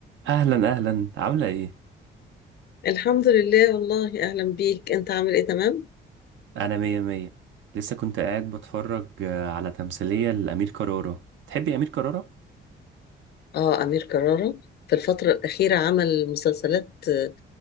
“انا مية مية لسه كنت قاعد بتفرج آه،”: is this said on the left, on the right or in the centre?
Right